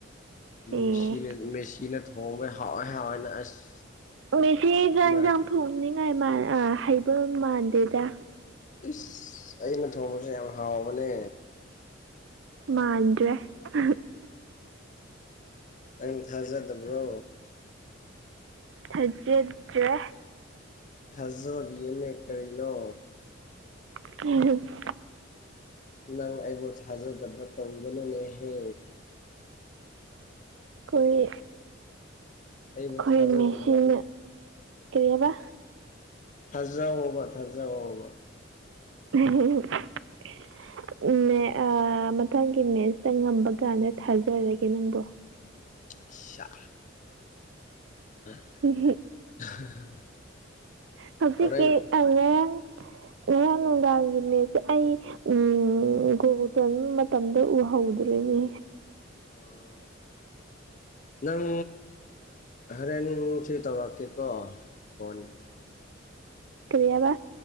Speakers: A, on the right; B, on the left.
A: ꯑꯦ
B: ꯃꯦꯁꯤꯅ ꯃꯦꯁꯤꯅ ꯊꯣꯡꯕ ꯍꯥꯎꯋꯦ ꯍꯥꯎꯋꯦꯅ ꯑꯁ
A: ꯃꯦꯁꯤ ꯖꯥꯡ
B: ꯏꯃꯥꯟ
A: ꯏꯟꯖꯥꯡ ꯊꯣꯡꯅꯤꯡꯉꯥꯏ ꯃꯥ ꯑꯥ ꯍꯩꯕ ꯃꯥꯟꯗꯦꯗ
B: ꯏꯁ ꯑꯩꯅ ꯊꯣꯡꯕꯁꯦ ꯌꯥꯝ ꯍꯥꯎꯕꯅꯦ
A: ꯃꯥꯥꯟꯗ꯭ꯔꯦ <unintelligible>
B: ꯅꯪ ꯊꯥꯖꯗꯕ꯭ꯔꯣ
A: ꯊꯥꯖꯗ꯭ꯔꯦ
B: ꯊꯥꯖꯕꯤꯌꯣꯅꯦ ꯀꯔꯤꯅꯣ
A: <unintelligible>
B: ꯅꯪ ꯑꯩꯕꯨ ꯊꯥꯖꯗꯕ ꯇꯧꯒꯅꯨꯅꯦꯍꯦ
A: ꯈꯣꯏ
B: ꯑꯩꯕꯨ
A: ꯑꯈꯣꯏ
B: ꯊꯥꯖꯗꯕ
A: ꯃꯦꯁꯤꯅ ꯀꯔꯤ ꯍꯕ
B: ꯊꯥꯖꯥꯑꯣꯕ ꯊꯥꯖꯑꯣꯕ
A: <unintelligible> ꯎꯝꯃꯦ ꯑꯥ ꯃꯊꯪꯒꯤ ꯃꯦꯠꯁꯇ ꯉꯝꯕ ꯀꯥꯟꯗ ꯊꯥꯖꯔꯒꯦ ꯅꯪꯕꯨ
B: ꯁꯥ <unintelligible>
A: <unintelligible>
B: <unintelligible>
A: ꯍꯧꯖꯤꯛꯀꯤ
B: ꯍꯣꯔꯦꯟ
A: ꯑꯪ ꯉꯔꯥꯡ ꯉꯔꯥꯡ ꯅꯨꯡꯗꯥꯡꯒꯤ ꯃꯦꯠꯁꯇ ꯑꯩ ꯎꯝ ꯒꯣꯒꯨ ꯆꯟ ꯃꯇꯝꯗ ꯎꯍꯧꯗ꯭ꯔꯤꯅꯦ
B: ꯑꯣ ꯅꯪ ꯍꯣꯔꯦꯟ ꯁꯤ ꯇꯧꯔꯛꯀꯦꯀꯣ ꯐꯣꯟ
A: ꯀꯔꯤ ꯍꯥꯕ